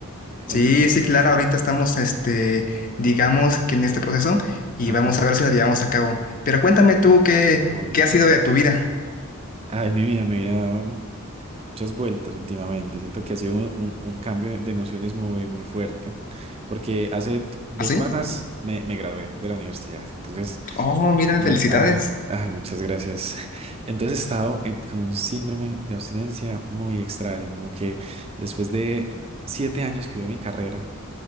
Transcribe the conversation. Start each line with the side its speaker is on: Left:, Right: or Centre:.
Right: Qué
Left: Sí,
Right: bonito.
Left: sí, claro, ahorita estamos, este, digamos que en este proceso y
Right: Ajá,
Left: vamos a ver si lo llevamos a cabo. Pero cuéntame tú qué,
Right: qué bonito.
Left: qué ha sido de tu vida,
Right: Ay, mi vida me ha dado muchas vueltas últimamente. Siento que ha sido un, un- un cambio de emociones muy, muy fuerte, porque hace t- dos
Left: ¿así?
Right: semanas me, me gradué de la universidad. Entonces,
Left: Oh, mira,
Right: la-
Left: felicidades.
Right: ajá, ay, muchas gracias. Entonces he estado en- con un síndrome de abstinencia muy extraño, como que después de siete años que hubo en mi carrera,